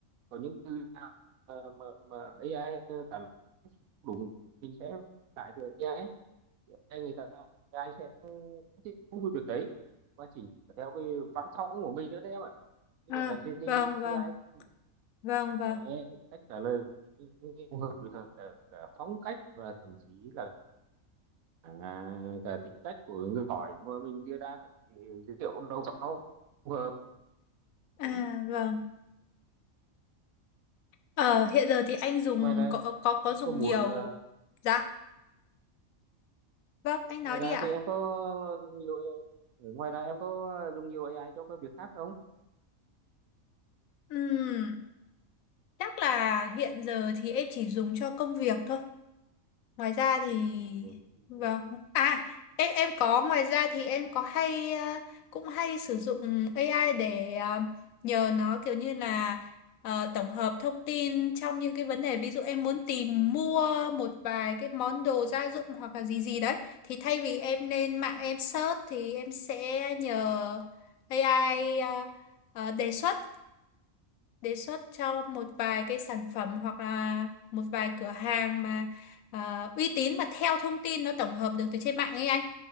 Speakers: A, on the right; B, on the left.
A: có những từ nào mà mà mà AI cảm đúng mình sẽ lại cho AI AI người ta AI sẽ tiếp thu được đấy và chỉnh theo cái văn phong của mình nữa đấy em ạ chứ
B: À,
A: còn là training
B: vâng vâng
A: AI đấy
B: vâng vâng
A: để cách trả lời phù hợp với thật là cả phong cách và thậm chí là à, cả tính cách của người hỏi mà mình đưa ra các cái dữ liệu đầu vào phù hợp
B: à
A: Đúng.
B: vâng ờ hiện giờ thì anh dùng
A: ngoài ra
B: có có có
A: em
B: dùng
A: có muốn
B: nhiều
A: ờ,
B: dạ vâng anh
A: ngoài
B: nói
A: ra
B: đi ạ
A: thì em có nhiều AI ngoài ra em có dùng nhiều AI cho cái việc khác không
B: Ừm, chắc là hiện giờ thì em chỉ dùng cho công việc thôi Ngoài ra thì
A: à,
B: vâng
A: thì-
B: à em em có ngoài ra thì em có hay ờ, cũng hay sử dụng AI để ờ, nhờ nó kiểu như là ờ, tổng hợp thông tin trong những cái vấn đề ví dụ em muốn tìm mua một vài cái món đồ gia dụng hoặc là gì gì đấy thì thay vì em lên mạng em search thì em sẽ nhờ AI ờ, ờ, đề xuất đề xuất cho một vài cái sản phẩm hoặc là một vài cửa hàng mà ờ, uy tín mà theo thông tin nó tổng hợp được từ trên mạng ấy anh